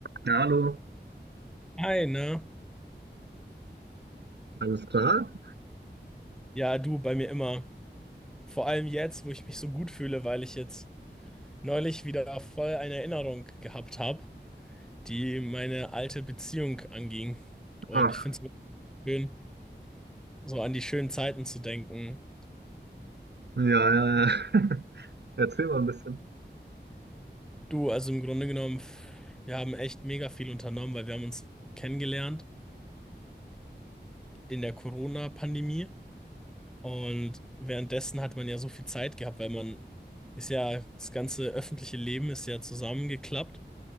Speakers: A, on the right (about 65°); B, in the centre.
A: Ja, hallo.
B: Hi, ne?
A: Alles klar?
B: Ja, du bei mir immer. Vor allem jetzt, wo ich mich so gut fühle, weil ich jetzt neulich wieder voll eine Erinnerung gehabt habe, die meine alte Beziehung anging. Und
A: Ach,
B: ich finde es wirklich schön, so an die schönen Zeiten zu denken.
A: ja, ja, ja. <laughs> Erzähl mal ein bisschen.
B: Du, also im Grunde genommen, wir haben echt mega viel unternommen, weil wir haben uns kennengelernt in der Corona-Pandemie. Und währenddessen hat man ja so viel Zeit gehabt, weil man ist ja, das ganze öffentliche Leben ist ja zusammengeklappt